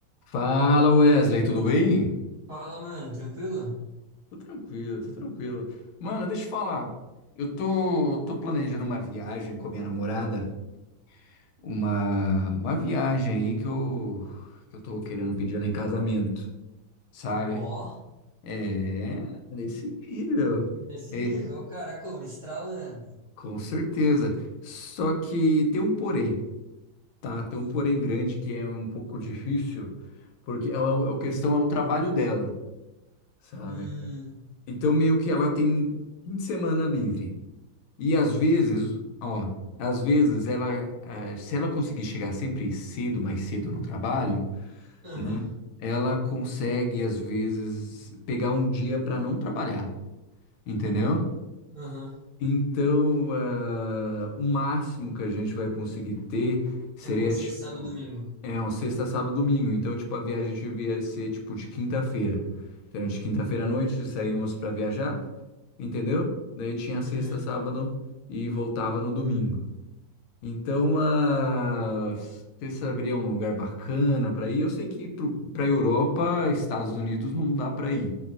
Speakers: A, on the left; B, on the right.
A: Fala Wesley, tudo bem?
B: Fala, mano, tranquilo?
A: Tô tranquilo, tô tranquilo. Mano, deixa eu te falar. Eu tô, tô planejando uma viagem com a minha namorada. Uma, uma viagem aí que eu, que eu tô querendo pedir ela em casamento, sabe?
B: Ó,
A: É, nesse nível.
B: nesse
A: É,
B: nível, o cara como estralando.
A: com certeza. Só que tem um porém, tá? Tem um
B: Ih,
A: porém grande que é um pouco difícil, porque a, a a questão é o trabalho dela, sabe?
B: hum,
A: Então, meio que ela tem fim de semana livre. E às vezes, ó, às vezes ela, eh, se ela conseguir chegar sempre cedo, mais cedo no trabalho,
B: aham,
A: né, ela consegue, às vezes, pegar um dia para não trabalhar, entendeu?
B: aham.
A: Então, eh, o máximo que a gente vai conseguir ter seria,
B: É uma sexta,
A: tipo,
B: sábado, e domingo.
A: é, um sexta, sábado, domingo. Então, tipo, a viagem devia ser, tipo, de quinta-feira. Então, de quinta-feira à noite, saímos para viajar. entendeu? Daí tinha
B: Uhum.
A: sexta, sábado e voltava no domingo. Então, ah, você saberia um lugar bacana para ir? Eu sei que para Europa, Estados Unidos não dá para ir,